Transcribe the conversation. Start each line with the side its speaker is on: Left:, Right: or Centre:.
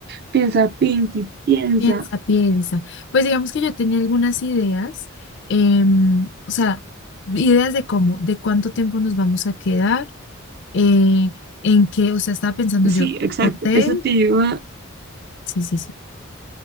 Right: Piensa, Pinky, piensa.
Left: piensa, piensa. Pues digamos que yo tenía algunas ideas, em, o sea, ideas de cómo, de cuánto tiempo nos vamos a quedar, eh, en qué, o sea, estaba pensando
Right: Sí,
Left: yo,
Right: exacto.
Left: hotel,
Right: Eso te lleva,
Left: sí, sí, sí,